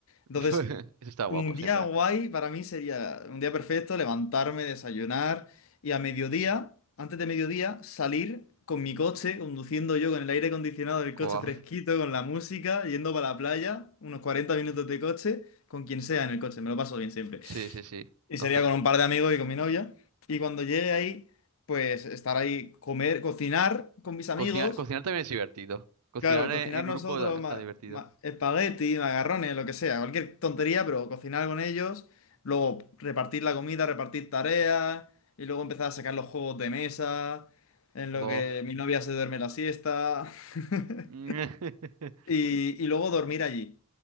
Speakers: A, on the left; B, on the right.
A: Entonces,
B: <laughs> Eso está guapo
A: un
B: siempre.
A: día guay para mí sería un día perfecto, levantarme, desayunar y a mediodía, antes de mediodía, salir con mi coche, conduciendo yo con el aire acondicionado del
B: Guau.
A: coche fresquito, con la música, yendo para la playa, unos 40 minutos de coche, con quien sea en el coche, me lo paso bien siempre.
B: Sí, sí, sí.
A: Y
B: Los
A: sería
B: co-
A: con un par de amigos y con mi novia. Y cuando llegue ahí, pues estar ahí, comer, cocinar con mis amigos
B: cocinar, cocinar también es divertido. Cocinar
A: Claro,
B: en,
A: cocinar
B: en
A: nosotros
B: grupo también está
A: ma-
B: divertido.
A: ma- espagueti, macarrones, lo que sea, cualquier tontería, pero cocinar con ellos, luego repartir la comida, repartir tareas, y luego empezar a sacar los juegos de mesa, en
B: Bof.
A: lo que mi novia se duerme la siesta, <laughs>
B: <laughs>
A: y, y luego dormir allí.